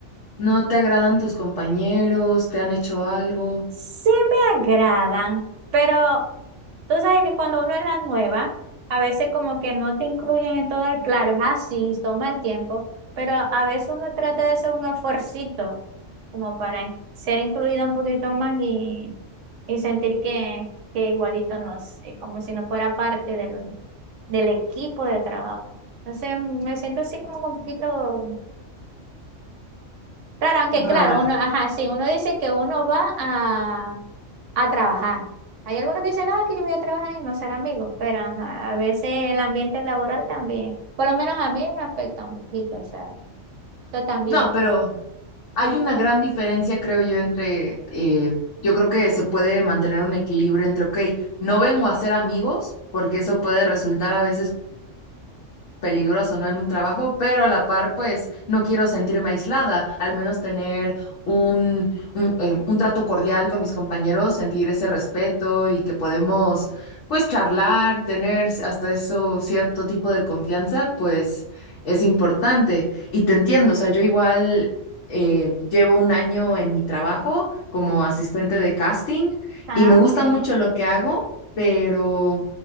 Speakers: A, on the left (about 80°); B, on the right (about 75°).
A: ¿no te agradan tus compañeros? ¿Te han hecho algo?
B: Sí me agradan, pero tú sabes que cuando uno es la nueva, a veces como que no te incluyen en todo el claro, es así, toma el tiempo, pero a veces uno trata de hacer un esfuercito como para in- ser incluido un poquito más y, y sentir que, que igualito no sé, como si no fuera parte del, del equipo de trabajo. Entonces me siento así como un poquito Claro, aunque
A: Rara.
B: claro, uno, ajá, sí, uno dice que uno va a, a trabajar. Hay algunos que dicen, no, que yo voy a trabajar y no ser amigos, pero ajá, a veces el ambiente laboral también, por lo menos a mí me afecta un poquito, o sea, yo también.
A: No, pero hay una gran diferencia, creo yo, entre, eh, yo creo que se puede mantener un equilibrio entre, ok, no vengo a ser amigos, porque eso puede resultar a veces peligroso, ¿no? En un trabajo, pero a la par, pues no quiero sentirme aislada, al menos tener un, un, eh, un trato cordial con mis compañeros, sentir ese respeto y que podemos, pues, charlar, tener hasta eso cierto tipo de confianza, pues es importante. Y te entiendo, o sea, yo igual eh, llevo un año en mi trabajo como asistente de casting
B: Ah,
A: y me gusta
B: sí.
A: mucho lo que hago, pero...